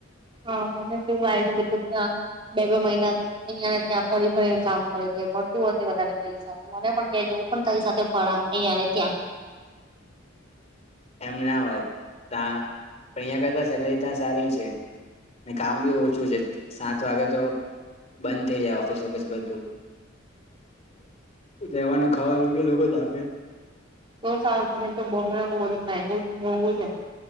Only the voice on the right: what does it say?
હા મને કેવું આવ્યું છે ત્યાં બે બે મહિના અઇયા ને ત્યાં ફરી ફરી કામ કરે મળતું હશે વધારે પૈસા તો મને પણ ત્યા જવું પણ તારી સાથે ફરા અહીયાંને ત્યાં
તો સારું તને તો બોમ <unintelligible> <unintelligible> મગું મોઘું છે